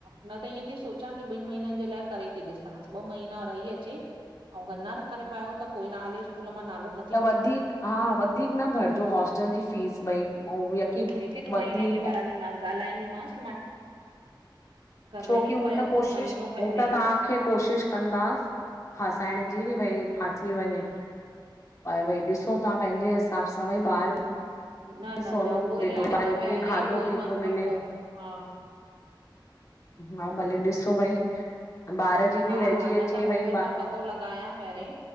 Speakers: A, on the right; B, on the left.
A: न त इअं थी सोचां की ॿिन महीननि जे लाइ करे थी ॾिसां ॿ महीना रही अचे अऊं गर न करे पायो त पो हिन आले इस्कूल मां नालो न
B: त वधीक हा वधीक न भरजो हॉस्टल जी फीस भई ऐं यकी
A: हिक
B: वधीक
A: माहिने जी भरां ॻाल्हाईंदीमास
B: छोकी
A: रही
B: हू
A: पियो
B: त कोशिश
A: महीनो पहिरें
B: हू त तांखे कोशिश कंदा फासाइण जी नी भाई फासी वञे।
A: ह -
B: भई ॾिसो तां पेंजे हिसाब सां भई ॿार बि --
A: न
B: ही
A: न
B: सोलो
A: न उहो
B: रोटी
A: ई हाणे मां पहिरें
B: खाधो
A: उहो
B: पीतो
A: ई मन
B: मिले।
A: पको हा
B: हा भले ॾिसो भई ॿार। जी
A: हा
B: बि रहिजी
A: हा
B: अचे
A: न न
B: भई
A: उहो ई मां पतो लॻायां पेरें